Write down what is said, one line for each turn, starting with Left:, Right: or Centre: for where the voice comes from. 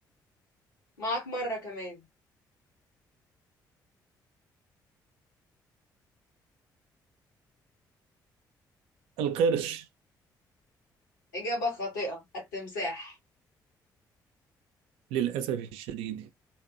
Left: معاك مرة كمان
Right: القرش
Left: إجابة خاطئة التمساح
Right: للأسف الشديد